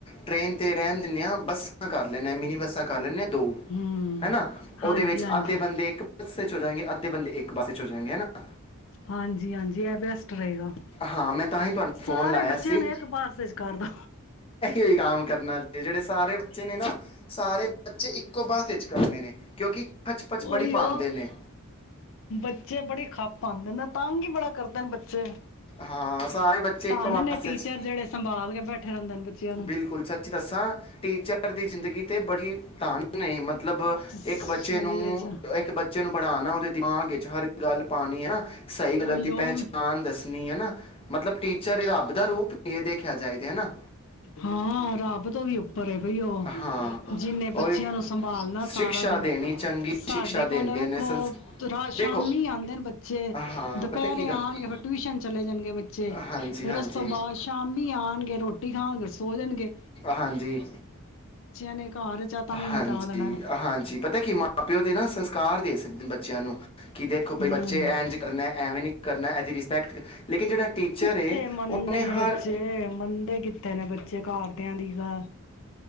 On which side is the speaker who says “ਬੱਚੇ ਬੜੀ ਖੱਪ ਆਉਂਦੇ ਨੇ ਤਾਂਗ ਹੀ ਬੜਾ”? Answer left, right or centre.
Left